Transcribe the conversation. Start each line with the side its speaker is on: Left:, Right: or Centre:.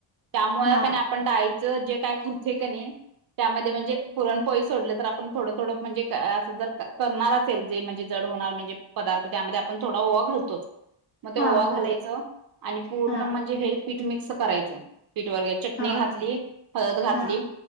Right: त्यामुळें
Left: हा
Right: कनाही आपण डाळी जे काय खमतय का नाही त्यामध्ये म्हणजे पुरणपोळी सोडले तर आपण थोडं थोडं म्हणजे असं जर करणार असेल जे म्हणजे जड होणार म्हणजे पदार्थ त्यामध्ये आपण थोडा ओवा घालतोच. मग ते
Left: हा
Right: ओवा घालायचं
Left: होय
Right: आणि पूर्ण
Left: हा
Right: म्हणजे हे पीठ मिक्स करायचं पीठ वगैरे चटणी
Left: हा
Right: घातली हळद घातली
Left: हा